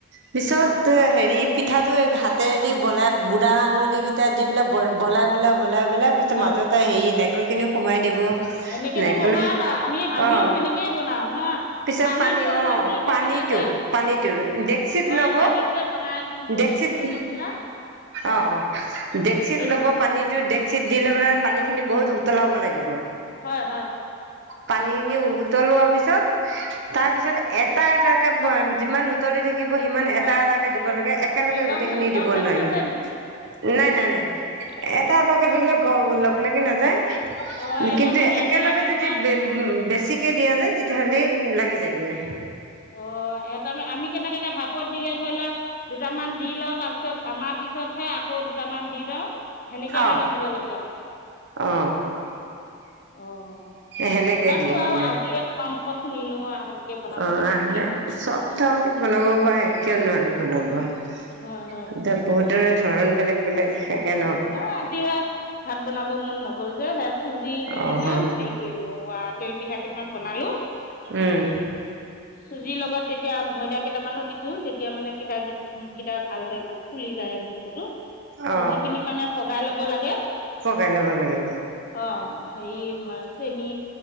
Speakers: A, on the right; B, on the left.
A: পিছত
B: হয়
A: হেৰি পিঠাটো হাতেৰে দি বলাই বুঢ়া আঙুলি কেইটা দি পেলাই ব বলাই পেলাই। বলাই বলাই পিছত
B: হয়
A: মাজতে হে নাইকল খিনি সোমাই দিব।
B: সেনেকেতো
A: নাৰিকল
B: বনাই বা আমি আমিও
A: অ
B: সেনেকেই বনাও নহয়।
A: পিছত
B: পানীত
A: পানী
B: বনোৱা
A: অ
B: বুলি কৈছিলা
A: পানীটো
B: যে
A: পানীটো ডেকচিত
B: অ
A: ল'ব
B: পানীত যে বনাই দি বল
A: ডেকচিত
B: বুলি কৈছিলা।
A: অ অ ডেকচিত
B: সেইটো
A: লব
B: কৈছোঁ
A: পানীতটো ডেক্চিত দিলৈ পেলাই পানী খিনি বহুত উতলাব লাগিব।
B: হয় হয়
A: পানী খিনি উতলোৱা পিছত তাৰ পিছত এটা এটাকে যিমান উতলি থাকে- থাকিব সিমান এটা
B: হয়
A: এটাকে দিব লাগে, একেলগে
B: এ লগ
A: গোটেই খিনি
B: লগ
A: দিব
B: লাগি
A: নোৱাৰি।
B: নাযায় নেকি
A: নাই নাই নাই, এটা এটাকে দিলে গ লগ লাগি নাযায়।
B: অঁ এটা
A: কিন্তু
B: মানে
A: একেলগে
B: দিয়াৰ পিছত
A: যদি উ <unintelligible> চিকে দিয়া যায় তেতিয়াহ'লে লাগি যায়গৈ।
B: অ এটা আমি কেনেকে, এতিয়া ভাপত দিলে ধৰি লোৱা দুটামান দি লওঁ তাৰপিছত ভামাৰ পিছতহে আকৌ দুটামান দি লওঁ- সেনেকে
A: অ
B: মানে দিব লাগে আৰু।
A: অ
B: অ'
A: সেনেকে
B: নাজানো
A: দিয়ে মানে
B: আৰু আজিয়ে তুমা মুখত শুনিলো আও কেনেকে বনাব
A: অ
B: লাগে।
A: আহ নাই,
B: বুলি
A: সব ধৰণৰ বনাব পাৰে, কিয় নোৱাৰি বনাব? এতিয়া
B: হয় হয়
A: বহুতৰে ধৰন বেলেগ বেলেগ। থাকে ন
B: অ, মই এতিয়া ভাত বনাব মন নগ'ল যে সেয়ে চুজি দি
A: অ
B: কেনে
A: অ
B: হেৰি কৰিলো, তেল পিঠা কেইটামান বনালো।
A: উম
B: চুজিৰ লগত তেতিয়া ময়দা- কেইটামানো দিছো, তেতিয়া মানে পিঠা কি কেইটা ভাল হয় মানে ফুলি যায় বস্তুতটো। চুজিখিনি
A: অ
B: মানে পগাই লব লাগে,
A: পকাই ল'ব লাগে
B: অ। হেৰি, মা চেনি